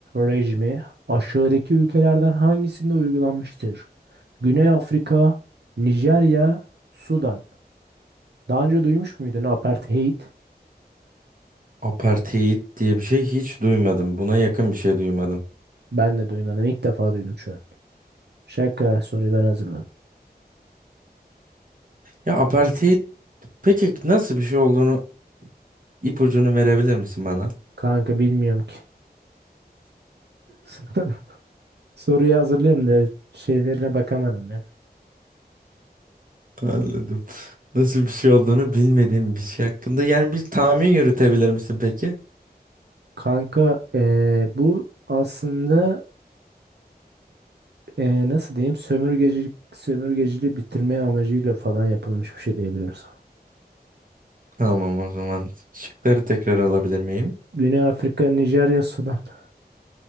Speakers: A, on the right; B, on the right.
A: rejimi aşağıdaki ülkelerden hangisinde uygulanmıştır? Güney Afrika, Nijerya, Sudan. Daha önce duymuş muydun apartheid?
B: Apartheid diye bir şey hiç duymadım. Buna yakın bir şey duymadım.
A: Ben de duymadım. İlk defa duydum şu an. Şaka soruyu ben hazırladım.
B: Ya apartheid peki nasıl bir şey olduğunu ipucunu verebilir misin bana?
A: Kanka bilmiyorum ki. <laughs> Soruyu hazırlayayım da şeylerine bakamadım ya.
B: Anladım. Nasıl bir şey olduğunu bilmediğim bir şey hakkında. Yani bir tahmin yürütebilir misin peki?
A: Kanka eee, bu aslında Ee, nasıl diyeyim? Sömürgecilik, sömürgeciliği bitirme amacıyla falan yapılmış bir şey diyebiliriz.
B: Tamam o zaman. Şıkları tekrar alabilir miyim?
A: Güney Afrika, Nijerya, Sudan. <laughs>